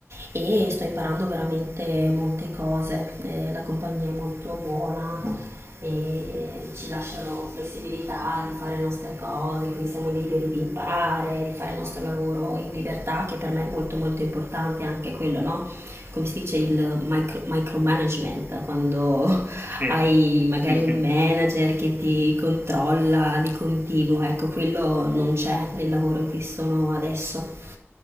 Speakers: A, on the right (about 80°); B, on the right (about 45°).
A: e sto imparando veramente molte cose. Eh, la compagnia è molto buona, e ci lasciano flessibilità di fare le nostre cose, quindi siamo liberi di imparare, di fare il nostro lavoro in libertà, che per me è molto molto importante anche quello, no? Come si dice il micro, micromanagement, quando <laughs>
B: Sì,
A: hai magari
B: sì, sì,
A: un manager che ti controlla di continuo, ecco, quello non c'è nel lavoro in cui sono adesso.